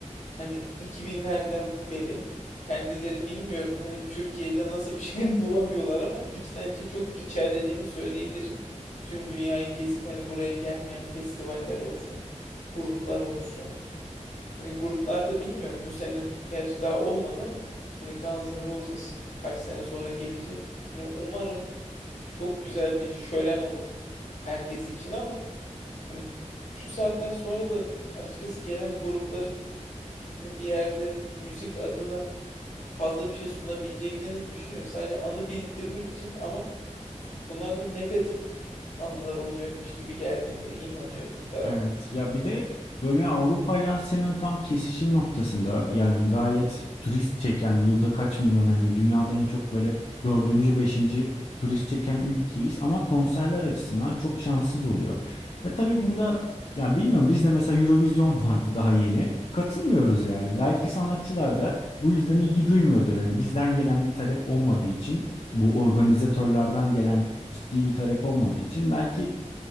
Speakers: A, on the left (about 70°); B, on the left (about 50°).
A: Hani 2000'lerden beri kendileri bilmiyorum hani Türkiye'de nasıl bir şey <laughs> bulamıyorlar ama içten içe çok içerlediğimi söyleyebilirim. Tüm dünyayı gezip hani buraya gelmeyen festivaller olsun, gruplar olsun. Hani gruplarda bilmiyorum bu sene gerçi daha olmadı ama hani Guns N' Roses kaç sene sonra gelecek. Hani umarım çok güzel bir şölen olur herkes için ama hani şu saatten sonra da açıkçası gelen grupların hani bir yerde müzik adına fazla bir şey sunabileceklerini düşünüyor. Sadece anı biriktirmek için ama bunlarda negatif anılar olacakmış gibi geldiğine inanıyorum bir tarafta.
B: Evet ya bir de böyle Avrupa ile Asya'nın tam kesişim noktasında yani gayet turist çeken yılda kaç milyon hani dünyada en çok böyle dördüncü beşinci turist çeken ülkeyiz ama konserler açısından çok şanssız oluyor. Ya tabii bunda ya bilmiyorum bizde mesela Eurovision vardı daha yeni katılmıyoruz yani belki sanatçılar da bu yüzden ilgi duymuyordur hani bizden gelen bir talep olmadığı için bu organizatörlerden gelen ciddi bir talep olmadığı için belki